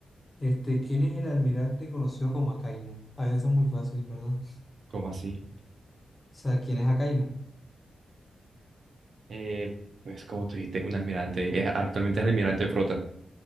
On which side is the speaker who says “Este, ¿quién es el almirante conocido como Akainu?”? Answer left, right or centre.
Left